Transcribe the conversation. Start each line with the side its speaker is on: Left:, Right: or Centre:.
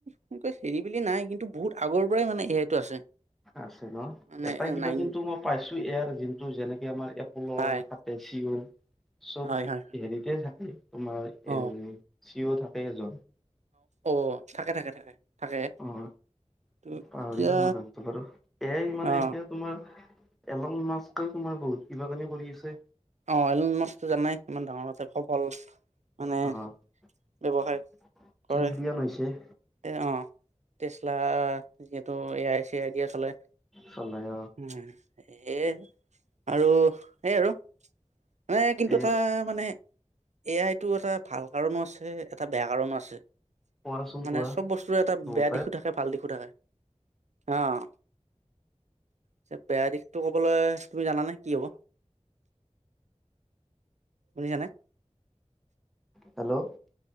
Right: সেনকে হেৰি বুলি নাই, কিন্তু বহুত আগৰ পৰাই মানে এ আইটো আছে!
Centre: আছে ন?
Right: মানে
Centre: এটা কিবা
Right: নাইন
Centre: কিন্তু মই পাইছোঁ এয়াৰ যোনটো যেনেকে আমাৰ এপলৰ
Right: হয়
Centre: এ চি অ', চব
Right: হয় হয়
Centre: হেৰিতে থাকে তোমাৰ
Right: অ
Centre: এ চি অ' থাকেই এজন!
Right: অ', থাকে, থাকে, থাকে! থাকে
Centre: অঁ,
Right: ত
Centre: পাহৰিলোঁ
Right: এতিয়া
Centre: মানুহটো বাৰু! এ আই মানে
Right: অ
Centre: এতিয়া তোমাৰ এলং মাস্কেও তোমাৰ বহুত কিবা কানি কৰি আছে!
Right: অঁ, এলন মাচটো জানাই ইমান ডাঙৰ তাতে সফল- মানে
Centre: অঁ,
Right: ব্যৱসায়
Centre: ত্ৰিলিয়ন
Right: কৰে
Centre: হৈছে।
Right: এ অঁ, টেচলা যিহেতু এ আই চি আই ডিয়ে চলাই।
Centre: চলে অঁ।
Right: উম, হে আৰু সেই আৰু। মানে কিন্তু
Centre: এ
Right: তাৰ মানে- এ আই টো এটা ভাল কাৰণো আছে এটা বেয়া কাৰণো আছে।
Centre: কোৱাচোন
Right: মানে
Centre: কোৱা
Right: চব বস্তুৰে এটা
Centre: দুটাই
Right: বেয়া দিশো থাকে ভাল দিশো থাকে। অঁ পিছে, বেয়া দিশটো ক'বলে তুমি জানানে, কি হ'ব? শুনিছা নে?
Centre: হেল্লো